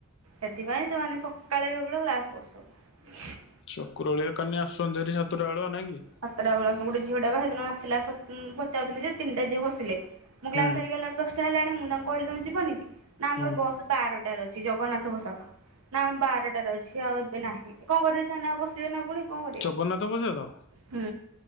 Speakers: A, on the right; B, on the left.
A: ସେଥିପାଇଁ ସେମାନେ ସକାଳେ କେବଳ କ୍ଲାସ କରୁଛନ୍ତି।
B: ଚକ୍ରବେଳିଆ କାନି ଆସୁଛନ୍ତି ହେରି ସାତଟାଳୁଆ ନାଇଁ କି?
A: ସାତଟା ବେଳ ଗୋଟ ଝିଅ ଟା ବା ସେଦିନ ଆସା ପଚାଉଥିଲେ ଯେ ତିନିଟା ଝିଅ ବସିଲେ। ମୁଁ କ୍ଲାସ୍
B: ହୁଁ
A: ସାରିଗଲା ବେଳକୁ ଦଷ୍ଟା ହେଲାଣି ମୁଁ ତାଙ୍କୁ କହିଲି ତମ ଯିବନି କି ନା ଆମର
B: ହୁଁ
A: ବାରଟାରେ ଅଛି। ଜଗନ୍ନାଥ ପୋଷାକ ନା ଆମେ ବାରଟାରେ ଅଛି ଆଉ ଏବେ ନାହିଁ କଣ କରିବେ ସନା ପସିବେ ନା ପୁଣି। କଣ କରିବେ
B: ଜଗନ୍ନାଥ ବଛେ ତ
A: ହୁଁ।